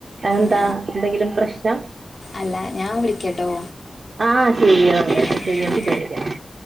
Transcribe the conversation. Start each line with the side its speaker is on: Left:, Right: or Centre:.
Right: അത് എന്താ
Left: ആ
Right: എന്തെങ്കിലും പ്രശ്നം
Left: അല്ല ഞാൻ വിളിക്കാട്ടോ
Right: ആ ശരി ഓ ശരി
Left: ആ
Right: <unintelligible>
Left: ആ